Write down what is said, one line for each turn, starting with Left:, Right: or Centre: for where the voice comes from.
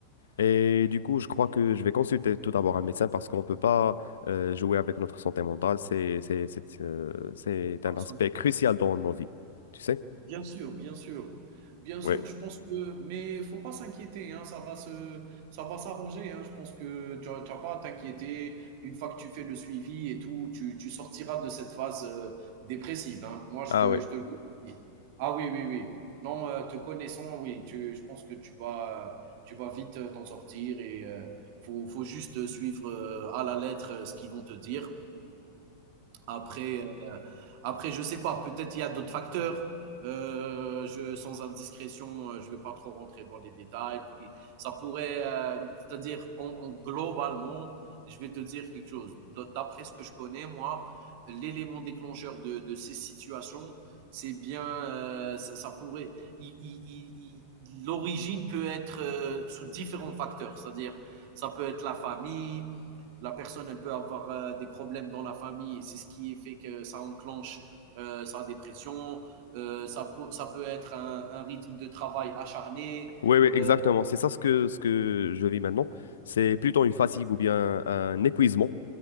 Left: Et du coup, je crois que je vais consulter tout d'abord un médecin parce qu'on ne peut pas euh, jouer avec notre santé mentale. C'est, c'est, c'est, euh, c'est un
Right: absolument.
Left: aspect crucial dans nos vies. Tu sais?
Right: Bien sûr, bien sûr. Bien sûr,
Left: Oui.
Right: je pense que mais faut pas s'inquiéter, hein, ça va se ça va s'arranger, hein. Je pense que tu as pas à t'inquiéter. Une fois que tu fais le suivi et tout, tu tu sortiras de cette phase, heu, dépressive, hein. Moi, je
Left: Ah
Right: te
Left: oui.
Right: je te le garantis. Ah oui, oui, oui. Non, heu, te connaissant, oui, tu je pense que tu vas, tu vas vite, heu, t'en sortir et heu, faut faut juste, suivre, heu, à la lettre, heu, ce qu'ils vont te dire. Après, après, je sais pas, peut-être il y a d'autres facteurs. Euh, je, sans indiscrétion, euh, je vais pas trop rentrer dans les détails. Puis, ça pourrait, euh, c'est-à-dire, en, en- globalement, je vais te dire quelque chose. D'après ce que je connais, moi, l'élément déclencheur de, de ces situations, c'est bien, euh, ça, ça pourrait, il- il- il- l'origine peut être euh, sous différents facteurs, c'est-à-dire, ça peut être la famille, la personne, elle peut avoir euh, des problèmes dans la famille et c'est ce qui fait que ça enclenche euh, sa dépression. Euh, ça, peut, ça peut être un, un rythme de travail acharné.
Left: Oui, oui, exactement.
Right: Euh,
Left: C'est ça ce que, ce que je vis maintenant. C'est plutôt une fatigue ou bien un épuisement,